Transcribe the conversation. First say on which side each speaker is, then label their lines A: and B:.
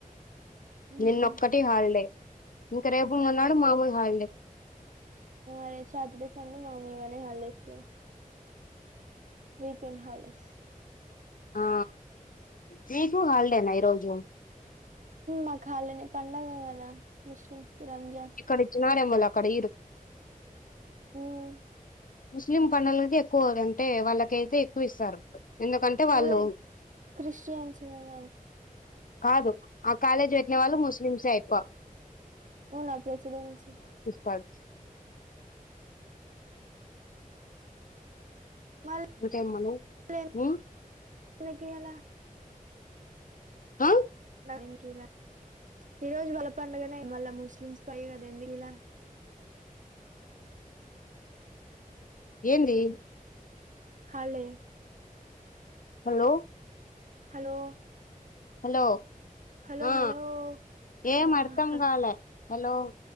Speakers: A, on the right; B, on the left.
A: ఉహు.
B: నిన్నొక్కటి హాలిడే ఇంక రేపు మొన్నాడు మామూలు వాళ్ళే
A: ఆ రేపు సాటర్డే సండే మామూలుగానే హాలిడేస్ వీకెండ్ హాల్ బస్
B: ఆ మీకు హాలీడేన ఈ రోజు
A: మాకు హాలిడేనే పండగ కదా ముస్లిమ్స్ కి రంజాన్
B: ఇక్కడ ఇచ్చినారెమోలె అక్కడ ఈరు
A: ఉ హ్మ్
B: ముస్లిం పండగలకి ఎక్కువ అంటే వాళ్ళకైతే ఎక్కువ ఇస్తారు ఎందుకంటే వాళ్ళు
A: వాళ్ళది క్రిస్టియన్స్ కదా
B: కాదు ఆ కాలేజీ పెట్టిన వాళ్ళు ముస్లిమ్సే ఆయ్ప
A: ఊన ప్రెసిడెన్సీ
B: పల్చ్
A: మల్
B: ఇంకేం మను
A: లెన్
B: ఉమ్
A: ఎందుకు ఇయ్యలా
B: ఆ
A: వెంకీల ఈ రోజు వల్ల పండుగనే మళ్ళా ముస్లిమ్స్ పై కదా ఎందుకీల
B: ఏంది
A: హాల్డే
B: హలో
A: హలో
B: హలో
A: హలో
B: ఆ
A: హలో
B: ఏం
A: ఆహ్
B: అర్థం కాలే హలో